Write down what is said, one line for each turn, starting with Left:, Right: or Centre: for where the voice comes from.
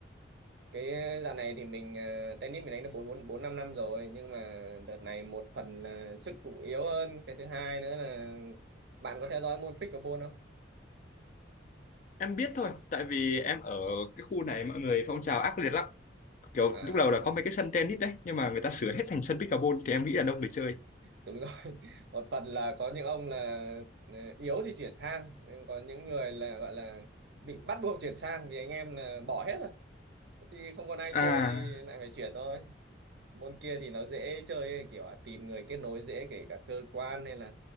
Right: cái ờ, dạo này thì mình ờ, tennis mình đánh được bốn bốn bốn năm năm rồi nhưng mà đợt này một phần là sức cũng yếu hơn cái thứ hai nữa là bạn có theo dõi môn pickleball không
Left: Em biết thôi, tại vì em ở cái khu này mọi người phong trào ác liệt lắm. kiểu
Right: à
Left: lúc đầu là có mấy cái sân tennis đấy nhưng mà người ta sửa hết thành sân pickleball thì em nghĩ là đông người chơi
Right: đúng rồi <laughs> một phần là có những ông là ờ, yếu thì chuyển sang nhưng có những người là gọi là bị bắt buộc chuyển sang vì anh em là bỏ hết rồi thì không còn ai
Left: à
Right: chơi thì lại phải chuyển thôi môn kia thì nó dễ chơi ấy, kiểu là tìm người kết nối dễ kể cả cơ quan hay là